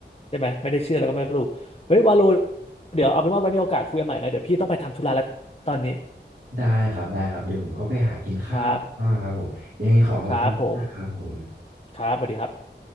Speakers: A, on the left; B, on the right.
A: ใช่ไหมไม่ได้เชื่อแล้วก็ไม่ลบหลู่เฮ้ยวาโลเดี๋ยวเอาเป็นว่าไว้มีโอกาสคุยกันใหม่นะเดี๋ยวพี่ต้องไปทำธุระแล้วตอนนี้
B: ได้ครับได้ครับเดี๋ยวผมก็ไปหากินข้าวบ้างครับผมยังไงขอขอบคุณมากครับผม
A: ครับครับผมครับสวัสดีครับ